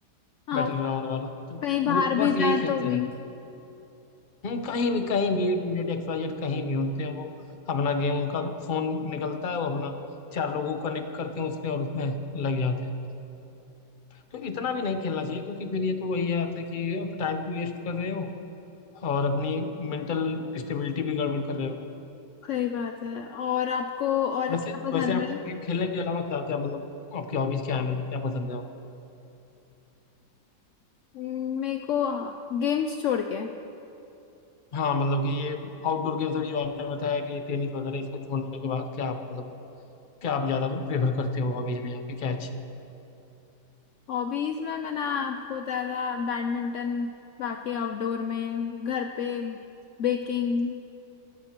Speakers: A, on the left (about 70°); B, on the left (about 40°).
A: हाँ
B: बैटल ग्राउंड वाला तो
A: कहीं बाहर
B: वो
A: भी
B: बस यही
A: जाए
B: खेलते
A: तो भी
B: रहते हैं कहीं भी कहीं भी ए टू जेड एक्स वाई जेड कहीं भी होते हैं वो अपना गेम उनका फोन निकलता है वो अपना चार लोगों को कनेक्ट करते हैं उस पर और उसमें लग जाते हैं तो इतना भी नहीं खेलना चाहिए क्योंकि फिर ये तो वही आता है कि अब टाइम भी वेस्ट कर रहे हो और अपनी मेंटल स्टेबिलिटी भी गड़बड़ कर रहे हो
A: सही बात है और आपको और
B: वैसे
A: क्या पसंद
B: वैसे आप
A: है
B: गेम खेलने के अलावा क्या क्या मतलब आपकी हॉबीज क्या है मतलब क्या पसंद है आपको
A: हम्म, मेरे को गेम्स छोड़ के
B: हाँ मतलब कि ये आउटडोर गेम्स अभी जो आपने बताया कि टेनिस वगैरह इसको छोड़ने के बाद क्या आप मतलब क्या आप ज़्यादा प्रेफर करते हो हॉबीज में आपकी क्या अच्छी
A: हॉबीज में मैंने आपको बताया था बैडमिंटन बाकी आउटडोर में घर पे बेकिंग